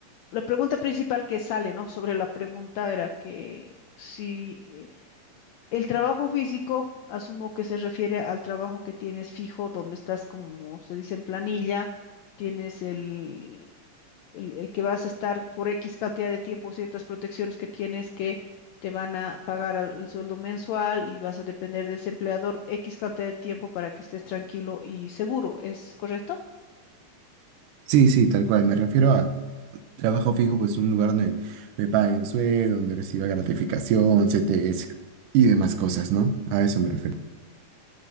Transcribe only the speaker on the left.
la pregunta principal que sale, ¿no? Sobre la pregunta era que si eh, el trabajo físico, asumo que se refiere al trabajo que tienes fijo, donde estás, como se dice en planilla, tienes el el, el que vas a estar por X cantidad de tiempo, ciertas protecciones que tienes que te van a pagar al- el sueldo mensual y vas a depender de ese empleador X cantidad de tiempo para que estés tranquilo y seguro, ¿es correcto?